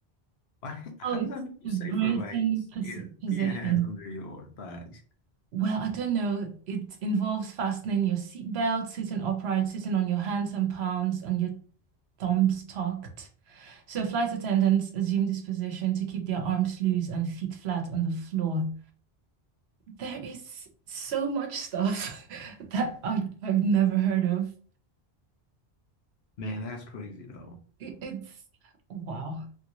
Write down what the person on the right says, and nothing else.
Oh,
it's
the
bracing
pos
position.
Well, I don't know. It involves fastening your seatbelt, sitting upright, sitting on your hands and palms, and your thumbs tucked. So flight attendants assume this position to keep their arms loose and feet flat on the floor. There is so much stuff <laughs> that I, I've never heard of.
It- It's wow.